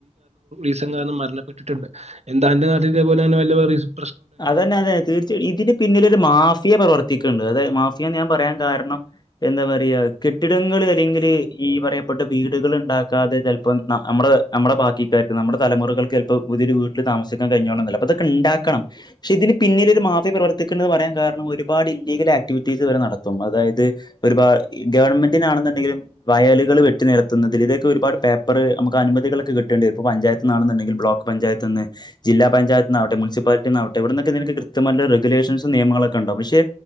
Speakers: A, on the right; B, on the left.
A: ഈസ <unintelligible> കാരണം മരണപ്പെട്ടിട്ടുണ്ട് എന്താ എന്റെ നാട്ടില ഇതേപലെവലതും <unintelligible>
B: അതന്നെ അതെ തീർച്ച ഇതിന് പിന്നിൽ ഒരു മാഫിയ പ്രവർത്തിക്കുന്നുണ്ട് അതായ മാഫിയാന്ന് ഞാൻ പറയാൻ കാരണം എന്താ പറയാ കെട്ടിടങ്ങൾ അല്ലെങ്കില് ഈ പറയപ്പെട്ട വീടുകൾ ണ്ടാക്കാതെ ചെലപ്പം നമ്മുൾ നമ്മുളെ ബാക്കിക്കാർ നമ്മുടെ തലുറൾക്ക് ചപ്പോ പുതിയ വീട്ടിൽ താമസിക്കാൻ കഴഞ്ഞോളനില അതൊക്കെണ്ടാക്കണം ക്ഷെ ഇതിന് പിന്നിൽ ഒരു മാഫിയ പ്രവർത്തിക്ക്ണ്ട് ന്ന് പറയാൻ കാരണം ഒരുപാട് ഇൻ്റീഗൽ ആക്ടിവിറ്റീസ് ഇവർ നടത്തും അതായത് ഒരുപാ ഈ ഗവൺമെന്റിണാണെന്നുണ്ടെങ്കിലും വയലുകള് വെട്ടി നിരത്തുന്നതിന് ഇതിനക്ക ഒരുപാട് പേപ്പറ് അം മ്മക്ക് അനുമതികളൊക്കെ കിട്ടേണ്ടിരും ഇപ്പ പഞ്ചായത്ത്ന്ന് ആണെന്നെണ്ടെങ്കിൽ ബ്ലോക്ക് പഞ്ചായത്ത്ന്ന് ജില്ലാ പഞ്ചായത്ത്ന്നാവട്ടെ മുസിപ്പാലി ന്നാവട്ടെ എവിടൊന്നൊക്കെ ഇതിന് കൃത്യമായിട്ട് റെഗുലേഷസും നിയമങ്ങളൊക്കെ ഇണ്ടാവും പക്ഷെ